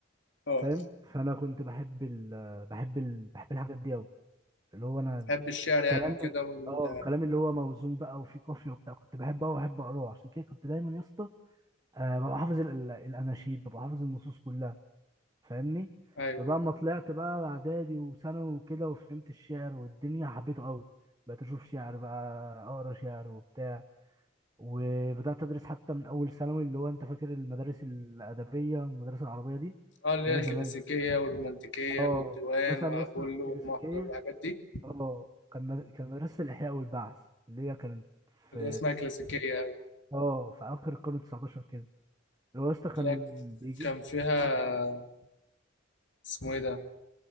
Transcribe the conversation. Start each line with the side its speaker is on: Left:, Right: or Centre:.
Left: اه
Right: فاهم فانا كنت بحب ال آه، بحب ال بحب الحاجات دي قوي اللي هو انا
Left: بحب الشعر
Right: الكلام
Left: يعني وكده
Right: ال-
Left: وال
Right: اه الكلام اللي هو موزون بقى وفيه قافيه وبتاع كنت بحبه قوي واحب اقراه عشان كده كنت دايما يا اسطى آه، ببقى حافظ ال- ال- الاناشيد ببقى حافظ النصوص كلها فاهمني
Left: أيوة
Right: فبقى ما طلعت بقى اعدادي وثانوي وكده وفهمت الشعر والدنيا حبيته قوي بقيت اشوف شعر بقى اقرا شعر وبتاع وبدات ادرس حتى من اول ثانوي اللي هو انت فاكر المدارس الادبيه والمدارس العربيه دي
Left: اه اللي
Right: اللي
Left: هي
Right: هي
Left: الكلاسيكية
Right: زمان
Left: والرومانتيكية
Right: اه
Left: والديوان
Right: كان مثلا
Left: وأبولو
Right: يا اسطى الكلاسيكيه
Left: والمهجر والحاجات دي
Right: اه كان مد... كان مدرسه الاحياء والبعث اللي هي كانت في
Left: اللي هي اسمها كلاسيكية أيوة
Right: اه في اخر القرن ال 19 كده اللي هو يا اسطى كان
Left: اللي
Right: بيجيب
Left: كان فيها
Right: اه
Left: اسمه إيه ده